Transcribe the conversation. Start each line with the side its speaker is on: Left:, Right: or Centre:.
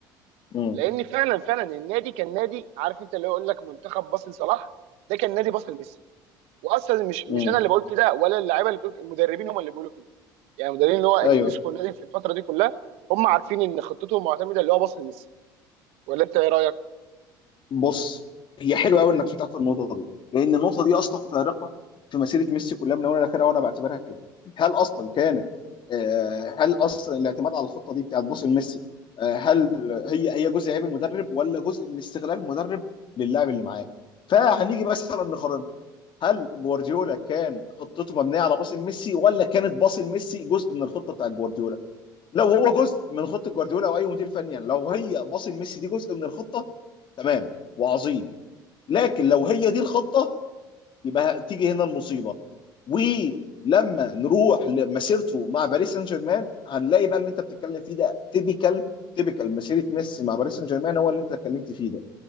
Left: م- م-
Right: لان فعلا فعلا النادي كان نادي عارف انت اللي هو يقول لك منتخب باص لصلاح ده كان نادي باص لميسي واصلا مش
Left: م-
Right: مش انا اللي بقول كده ولا اللعيبه اللي بتقول المدربين هم اللي بيقولوا كده يعني المدربين اللي هو اللي
Left: ايوه
Right: مسكوا النادي في الفتره دي كلها هم عارفين ان خطتهم معتمده اللي هو باص لميسي ولا انت ايه رايك؟
Left: بص هي حلوه قوي انك فتحت النقطه دي لان النقطه دي اصلا فارقه في مسيره ميسي كلها من اولها لاخرها وانا بعتبرها كده هل اصلا كانت آه، هل اصلا الاعتماد على الخطه دي بتاعت باص لميسي آه، هل هي هي جزء عيب المدرب ولا جزء من استغلال المدرب للاعب اللي معاه فهنيجي مثلا نقارن هل جوارديولا كان خطته مبنيه على باص لميسي ولا كانت باص لميسي جزء من الخطه بتاعت جوارديولا لو هو جزء من خطه جوارديولا او اي مدير فني يعني لو هي باص لميسي دي جزء من الخطه تمام وعظيم لكن لو هي دي الخطه يبقى تيجي هنا المصيبه ولما نروح لمسيرته مع باريس سان جيرمان هنلاقي بقى اللي انت بتتكلم فيه ده تيبيكال تيبيكال مسيره ميسي مع باريس سان جيرمان هو اللي انت اتكلمت فيه ده